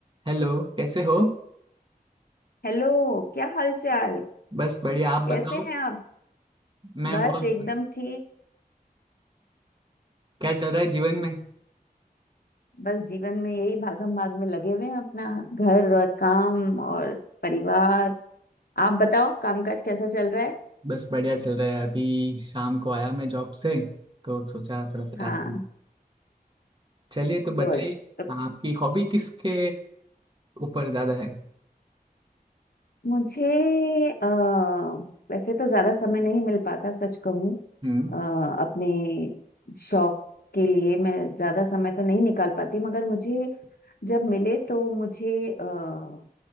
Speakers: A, on the right (about 30°); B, on the left (about 75°).
A: Hello कैसे हो
B: Hello क्या हालचाल
A: बस बढ़िया आप
B: कैसे
A: बताओ
B: हैं आप
A: मैं
B: बस
A: बहुत
B: एकदम ठीक
A: क्या चल रहा है जीवन में
B: बस जीवन में यही भागम भाग में लगे हुए हैं अपना घर और काम और परिवार आप बताओ कामकाज कैसा चल रहा है
A: बस बढ़िया चल रहा है अभी शाम को आया मैं जॉब से तो सोचा थोड़ा सा
B: हाँ
A: टास्क चलिए तो बताइए
B: गुड तो
A: आपकी हॉबी किसके ऊपर ज्यादा है
B: मुझे अ, वैसे तो ज्यादा समय नहीं मिल पाता सच कहूँ
A: हम्म
B: अ, अपने शौक के लिए मैं ज्यादा समय तो नहीं निकाल पाती मगर मुझे जब मिले तो मुझे अ,